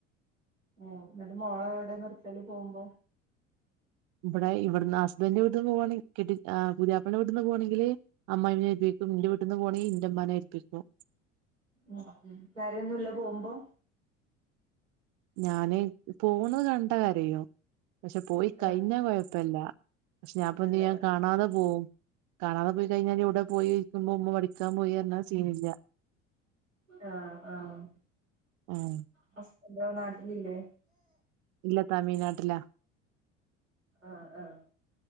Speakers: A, on the right; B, on the right.
A: ഓ ന്നിട്ട് മോള എവിടെ നിർത്തല് പോവുംമ്പോ.
B: ഇവിടെ ഇവിടുന്ന് ഹസ്ബാൻഡ് ന്റെ വീട്ടന്ന് പോകവാണെ കെട്ടി പുതിയാപ്പാ ള്ളെന്റെ വീട്ടി നിന്ന് പോകണെങ്കിൽ അമ്മയി.. ന്റെ വീട്ടന്ന് പോവാണെങ്കിൽ ഇന്റെ ഇമ്മാനെ ഏൽപ്പിക്കും..
A: ഉ കാര്യൊന്നുല്ല പോകുമ്പോ..
B: ഞാന് പോണത് കണ്ട കരയും പക്ഷെ പോയി കഴിഞ്ഞാ
A: ആഹ്
B: കൊഴപ്പില്ല.. പക്ഷെ ഞാപ്പെന്താ
A: നല്ല
B: ചെയ്യാ കാണാതെ പോവും.. കാണാതെ പോയി കഴിഞ്ഞാൽ എവിടെ പോയി ചോയ്ക്കുമ്പോ ഉമ്മാ പഠിക്കാൻ പോയി പറഞ്ഞാൽ സീനില്ല..
A: ആഹ്‌ ആഹ്‌
B: ആഹ്
A: ഹസ്ബന്റ് ഇവെ നാട്ടിലില്ലേ.
B: ഇല്ല തമിഴ്നാട്ടിലാ..
A: ആഹ് ആഹ..